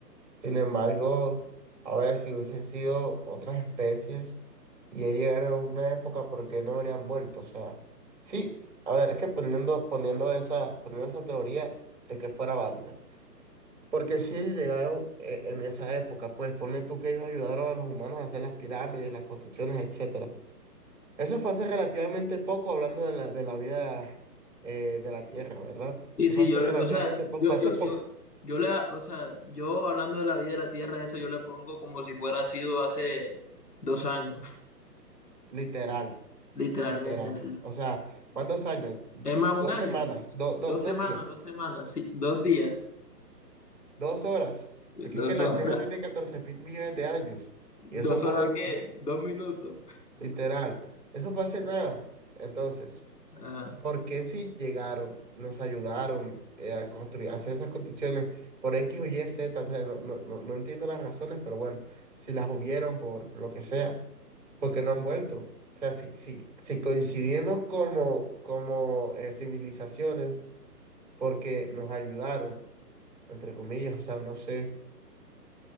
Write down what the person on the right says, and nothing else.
Sin embargo, a ver, si hubiesen sido otras especies y ya llegaron a una época, ¿por qué no habrían vuelto? O sea, sí, a ver, es que poniendo, poniendo esa, poniendo esa teoría de que fuera válida. Porque si ellos llegaron eh, en esa época, pues ponle tú que ellos ayudaron a los humanos a hacer las pirámides, las construcciones, etcétera. Eso fue hace relativamente poco, hablando de la, de la vida eh, de la Tierra, ¿verdad?
Eso
fue hace
relativamente
poco,
hace poco,
literal.
literal.
O sea, ¿cuántos años?
Dos
semanas, do- do-
dos
días,
dos horas.
Porque es que la
Tierra tiene 14 mil millones de años.
Y eso pone,
es-
literal, eso fue hace nada. Entonces,
¿por qué si llegaron, nos ayudaron eh, a construir, a hacer esas construcciones por X o Y, Z? O sea, no, no, no no entiendo las razones, pero bueno, si las hubieron por lo que sea. porque no han vuelto. O sea, si, si, si coincidimos como, como eh, civilizaciones, porque nos ayudaron, entre comillas, o sea, no sé